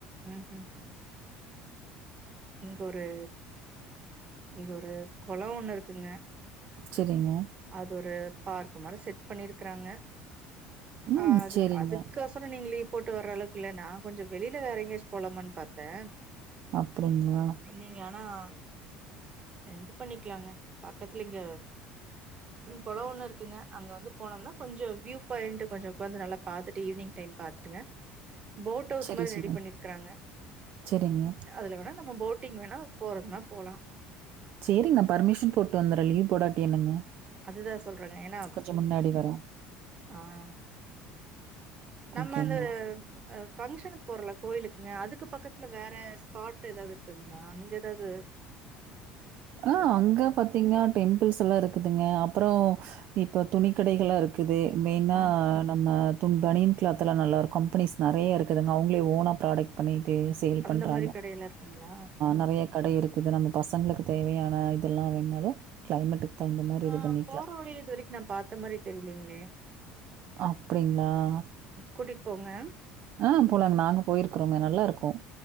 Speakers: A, on the right (about 35°); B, on the right (about 55°).
A: ம்ம் இங்க ஒரு இங்க ஒரு கொளம் ஒண்ணு இருக்குங்க
B: சரிங்க.
A: அது ஒரு பார்க் மாரி செட் பண்ணிருக்குறாங்க
B: ம்.
A: அஹ் அதுக்கு
B: சரிங்க.
A: அதுக்கொசரம் நீங்க லீவு போட்டு வர்ற அளவுக்கு இல்ல நா கொஞ்சம் வெளியில வேற எங்கயாச்சும் போலாமான்னு பாத்தே
B: அப்படிங்களா?
A: நீங்க ஆனா <inaudible> இது பண்ணிக்கலாங்க பக்கத்துல இங்க கொளம் ஒன்னு இருக்குங்க அங்க வந்து போனோம்னா கொஞ்சம் வியூ பாயிண்ட் கொஞ்சம் உக்காந்து நல்லா பாத்துட்டு ஈவினிங் டைம் பாத்துட்டுங்க போட் ஹவுஸ்
B: சரி,
A: மாரி
B: சரிங்க.
A: ரெடி பண்ணிருக்குறாங்க
B: சரிங்க.
A: அதுல வேணா நம்ம போட்டிங் வேணா போறதுன்னா போலாம்
B: சரிங்க. நான் பர்மிஷன் போட்டு வந்துர்றேன். லீவ் போடாட்டி என்னங்க
A: அதுதா சொல்றாங்க ஏனா
B: கொஞ்சம் முன்னாடி வரேன்.
A: ஆஹ் நம்ம
B: ஓகேங்களா?
A: அந்த அ பங்க்ஷனு போறல கோயிலுக்குங்க அதுக்கு பக்கத்துல வேற ஸ்பாட் ஏதாவது இருக்குங்ளா அங்க எதாவது
B: ஆஹ் அங்க பாத்தீங்கன்னா டெம்பிள்ஸ்ல்லாம் இருக்குதுங்க அப்புறம் இப்போ துணி கடைகளா இருக்கு இது மெயினா
A: ம்.
B: நம்ம துன் பனியன் கிளாத் எல்லா நல்லா இருக்கு கம்பெனிஸ் நெறைய இருக்குதுங்க அவங்களே ஓனா ப்ராடக்ட் பண்ணி அது சேல்
A: அந்த
B: பண்றாங்கஹ
A: மாரி கடையெல்லாம் இருக்குங்களா? ம்ஹ்ம்.
B: நெறைய கடை இருக்குது நமக்கு பசங்களுக்கு தேவையான ஆய்தம் எல்லாம் வேணாலும் கிளைமேட்டுக்கு தகுந்த மாரி இது
A: ஆஹ்
B: பண்ணிக்கலாம்.
A: போற வழி இதுவரைக்கும் நான் பாத்த மாதிரி தெரியலைங்களே
B: அப்படிங்க ஆஹ்
A: கூட்டிட்டு போங்க.
B: ஆஹ் போலாங் நாங்க போயிருக்றோங்க நல்லா இருக்கும்